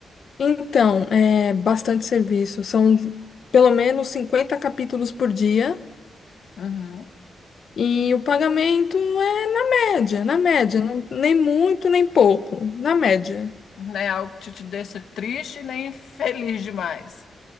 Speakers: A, on the left (about 60°); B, on the left (about 80°).
A: Então, é bastante serviço. São pelo menos 50 capítulos por dia
B: Uhum.
A: e o pagamento é na média, na média, não- nem muito nem pouco, na média.
B: Não é algo que te deixa triste nem <laughs> feliz demais.